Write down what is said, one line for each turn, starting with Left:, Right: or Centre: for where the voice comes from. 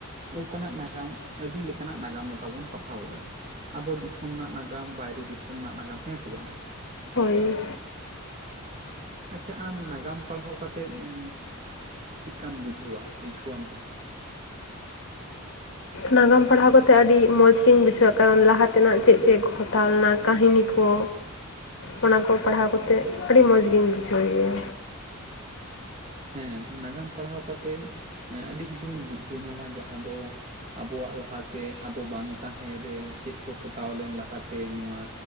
Right: ᱚᱱᱠᱟᱱᱟᱜ ᱱᱟᱜᱟᱢ ᱟᱹᱰᱤ ᱞᱮᱠᱟᱱᱟᱜ ᱱᱟᱜᱟᱢ ᱱᱚᱝᱠᱟ ᱵᱚᱱ ᱯᱟᱲᱦᱟᱣ ᱮᱫᱟ᱾ ᱟᱵᱚ ᱫᱤᱥᱚᱢ ᱨᱮᱱᱟᱜ ᱱᱟᱜᱟᱢ ᱵᱟᱭᱨᱮ ᱫᱤᱥᱚᱢ ᱨᱮᱱᱟᱜ ᱱᱟᱜᱟᱢ ᱦᱮᱸ ᱥᱮ ᱵᱟᱝ?
Left: ᱦᱳᱭ᱾
Right: ᱟᱪᱪᱷᱟ ᱟᱢ ᱱᱟᱜᱟᱢ ᱯᱟᱲᱦᱟᱣ ᱠᱟᱛᱮᱜᱩᱹᱻ ᱪᱮᱫᱠᱟᱢ ᱵᱩᱡᱷᱟᱹᱣᱟ ᱟᱹᱭᱠᱟᱹᱣᱟᱢ ᱪᱮᱫᱠᱟ?
Left: ᱱᱟᱜᱟᱢ ᱯᱟᱲᱦᱟᱣ ᱠᱟᱛᱮᱜ ᱟᱹᱰᱤ ᱢᱚᱸᱡᱽ ᱜᱤᱧ ᱵᱩᱡᱷᱟᱹᱣᱟ, ᱠᱟᱨᱚᱱ ᱞᱟᱦᱟ ᱛᱮᱱᱟᱜ ᱪᱮᱫ ᱪᱮᱫ ᱜᱷᱚᱴᱟᱣ ᱞᱮᱱᱟ ᱠᱟᱹᱦᱱᱤ ᱠᱚ ᱚᱱᱟ ᱠᱚ ᱯᱟᱲᱦᱟᱣ ᱠᱟᱛᱮ ᱟᱹᱰᱤ ᱢᱚᱡᱽ ᱜᱤᱧ ᱵᱩᱡᱷᱟᱹᱣ ᱜᱮᱭᱟ᱾
Right: ᱦᱮᱸ ᱱᱟᱜᱟᱢ ᱯᱟᱲᱦᱟᱣ ᱠᱟᱛᱮᱫ ᱟᱹᱰᱤ ᱠᱤᱪᱷᱩ ᱵᱚᱱ ᱵᱩᱡᱷᱟᱹᱣ ᱧᱟᱢᱟ ᱡᱟᱦᱟᱸ ᱫᱚᱻ ᱟᱵᱚᱣᱟᱜ ᱞᱟᱦᱟᱛᱮ ᱟᱵᱚ ᱵᱟᱝ ᱛᱟᱦᱮᱸ ᱨᱮᱻ ᱪᱮᱫ ᱠᱚ ᱜᱚᱴᱟᱣ ᱞᱮᱱ ᱞᱟᱦᱟᱛᱮ ᱱᱚᱣᱟ